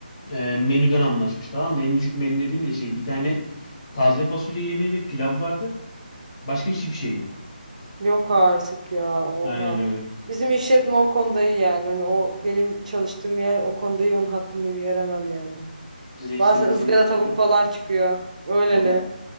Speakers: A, on the left; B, on the right.
A: e, menüden anlaşmış tamam mı? En düşük menü dediğim de şey bir tane taze fasulye yemeği ve pilav vardı. Başka hiçbir şey yok.
B: Yok artık ya. Oha.
A: Aynen öyle.
B: Bizim işletme o konuda iyi yani. Hani o benim çalıştığım yer o konuda iyi onun hakkını veremem yani.
A: Size istediğiniz
B: Bazen ızgara
A: yemekleri
B: tavuk
A: veriyorlar
B: falan
A: mı?
B: çıkıyor. Öyleli.
A: Valla.